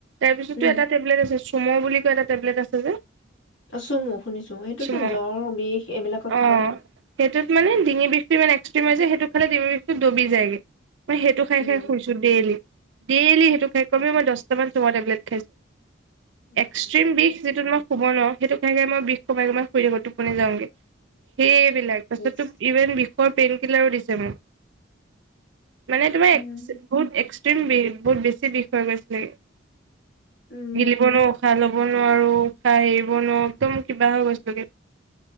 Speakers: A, on the right; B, on the left.
A: তাৰ পিছতো
B: উম
A: এটা টেবলেট আছে। কুম' বুলি কোৱা এটা টেবলেট আছে যে,
B: আছোমো শুনিছো সেইটোতো
A: চুম'
B: জ্বৰ বিষ এইবিলাকত
A: অ
B: খায়।
A: সেইটোত মানে ডিঙি বিষটো ইমান একস্ৰিম য সেইটো খালেিব বিষু দুবি যায়ৈগে মই সেইটো খাই
B: উম
A: খাই শুইছো দেইলি ডেইলি সেইটো খাই কমে মই দছটা মান খাইছো।
B: উম
A: এক্সট্ৰিম বিষ যিটো মই শুব ন সেইটো খাই খাই মই বিষ কমাই কমান শুই থাকো টোপনি যাওঁগৈ সেই তাৰপিছত
B: ইচ,
A: ইভেণ্ট অই পেইনকিলাৰো দিছে মোক। মানে তোমাৰ্
B: উম
A: বহুত এক্সট্ৰিম বি বহুত বেছি বিষয় গৈছিলে
B: উম
A: গিলিব নোৱাৰোঁ উষাহ ল'ব নোৱাৰোঁ নোৱাৰো উশাহ এৰিব নোৱাৰো একদম কিবা হৈ গৈছিলোগে